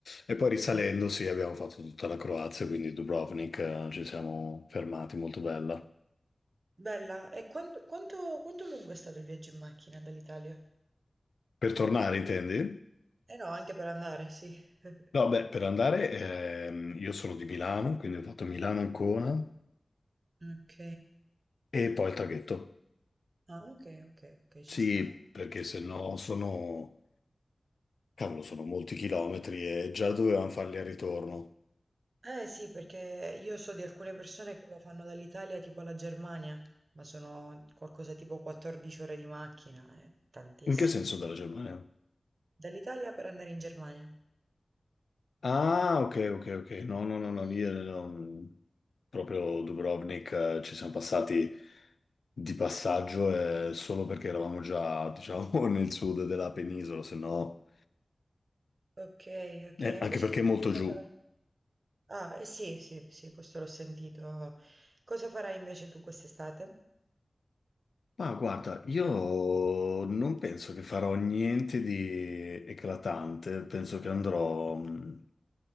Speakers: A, on the left (about 85°); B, on the right (about 65°).
A: E
B: ok.
A: poi risalendo, sì, abbiamo fatto tutta la Croazia, quindi Dubrovnik, eh, ci siamo fermati, molto bella.
B: Bella, e quanto, quanto, quanto lungo è stato il viaggio in macchina dall'Italia?
A: Per tornare, intendi?
B: Eh no, anche per andare, sì. <laughs>
A: No, beh, per andare, ehm, io sono di Milano, quindi ho fatto Milano-Ancona
B: Ok.
A: e poi il traghetto.
B: Ah, ok, ok, ok,
A: Sì,
B: ci sta.
A: perché se no sono, cavolo, sono molti chilometri e già dovevamo farli al ritorno.
B: Eh sì, perché io so di alcune persone che lo fanno dall'Italia tipo alla Germania, ma sono qualcosa tipo 14 ore di macchina, è tantissimo.
A: In che senso dalla Germania?
B: Dall'Italia per andare in Germania.
A: Ah, ok, ok, ok. No, no, no,
B: Mm.
A: no, lì eh, no, proprio Dubrovnik, eh, ci siamo passati di passaggio eh, solo perché eravamo già, diciamo, <laughs> nel sud della penisola, se no,
B: Ok, ok,
A: eh,
B: invece
A: anche perché
B: tu
A: è molto
B: che cosa
A: giù.
B: farai? Ah, eh sì, sì, sì, questo l'ho sentito. Cosa farai invece tu quest'estate?
A: Ma guarda, io non penso che farò niente di eclatante, penso che andrò mh,